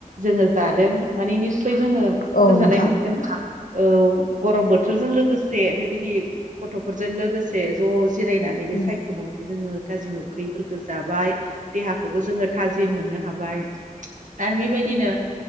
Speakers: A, on the right; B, on the left.
A: जोङो जादों माने निसय जोङो
B: औ
A: गोजोननाय
B: नोंथां
A: मोनदों औ गरम बोथोरजों लोगोसे बेबायदि गथ'फोरजों लोगोसे ज'। जिरायनानै बे
B: उम
A: सायख्लुमावहाय जोङो। गाज्रि मोखैफोरफोरखौ जाबाय देहाखोबो जोङो थाजिम मोननो हाबाय। आरो बेबायदिनो